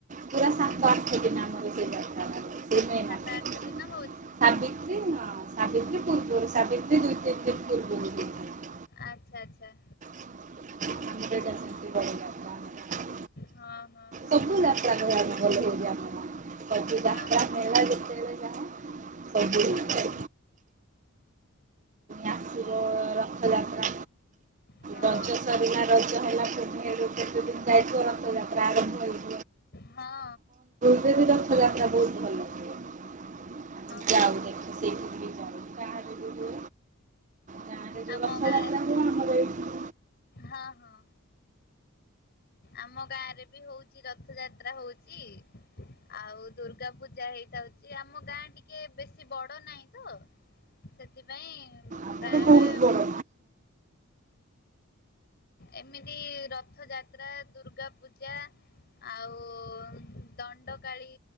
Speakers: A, on the right; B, on the left.
A: ପୁରା ସାତ
B: ହଁ
A: ଆଠ
B: ହଁ
A: ଦିନ ଆମର ସେ ଯାତ୍ରାଟା ହୁଏ। ସେଇ ମେ
B: ସାତ
A: ମାସରେ
B: ଆଠ ଦିନ ହଉଛି
A: ସାବିତ୍ରୀ ଆଁ ସାବିତ୍ରୀ ପୂର୍ବରୁ ସାବିତ୍ରୀ ଦୁଇ <unintelligible>
B: ଆଚ୍ଛା ଆଚ୍ଛା।
A: ଆମର ଏଟା
B: ହଁ
A: ସେମିତି ବଡ ଯାତ୍ରା ଆମର।
B: ହଁ ହଁ
A: ସବୁ ଯାତ୍ରା ହୁଏ ଭଲ ହଉଛି ଆମର, ସବୁ
B: ହଁ
A: ଯାତ୍ରା
B: ହଁ ହଁ
A: ହେଲା ଯେତେବେଳେ ଯାହା ସବୁ
B: ହଁ ହଁ ହଁ ହଁ।
A: ହେଲା। ଆସିବ ରା ରଥଯାତ୍ରା
B: ହଁ
A: ରଜ ସରିଲା ରଜ ହେଲା ପୁନେଇ ରୁ କେତେଦିନ ଯାଇଥିବ ରଥଯା ପ୍ରାରମ୍ଭ ହୋଇ
B: ହଁ।
A: ତତେ ବି ରଥାଯାତ୍ରା ବହୁତ ଭଲ ଲାଗିବ।
B: ହଁ
A: ଯାଉ ଦେଖେ ସେଇଠି ବି ଯାଉ ବାହାରେ ବୁଲିବ। ଗାଆଁ ରେ ଯୋଉ
B: ଆମ
A: ରଥଯାତ୍ରା
B: ଗାଁ
A: ହୁଏ ଆମର ଏଇଠି
B: ହଁ ହଁ ଆମ ଗାଁରେ ବି ହଉଛି ରଥ ଯାତ୍ରା ହଉଛି ଆଉ ଦୁର୍ଗା ପୂଜା ହେଇଥାଉଛି ଆମ ଗାଁ ଟିକେ ବେଶୀ ବଡ ନାହିଁ ତ ସେଥିପାଇଁ
A: ଆମର
B: ପ୍ରାୟ
A: ବହୁତ
B: ହଁ।
A: ବଡ଼
B: ଏମିତି ରଥଯାତ୍ରା, ଦୁର୍ଗାପୂଜା, ଆଉ ଦଣ୍ଡକାଳୀ